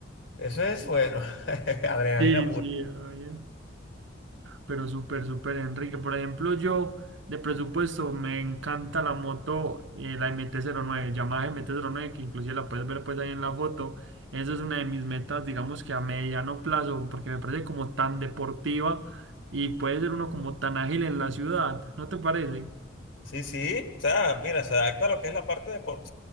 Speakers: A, on the left; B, on the right.
A: eso es, bueno, <laughs> adrenalina
B: Sí, sí, ah, ya. Pero súper, súper, Enrique. Por ejemplo, yo de presupuesto me encanta la moto, eh, la MT-09, Yamaha M T cero nueve que inclusive la puedes ver pues ahí en la foto. Esa es una de mis metas, digamos que a mediano plazo, porque me parece como tan deportiva y puede ser uno como tan ágil en la ciudad, ¿no te parece?
A: Sí, sí, o sea, mira, se adapta a lo que es la parte deportiva,